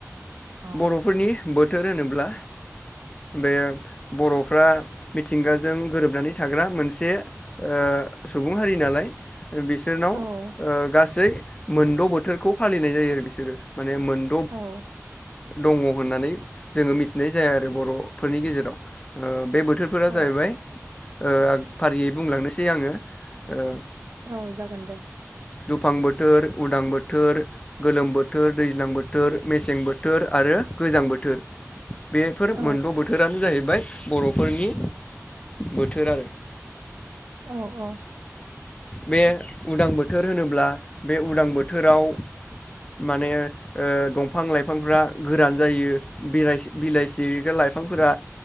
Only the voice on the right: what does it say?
अ
<unintelligible>
औ
औ
औ
औ जागोन दे
औ
औ औ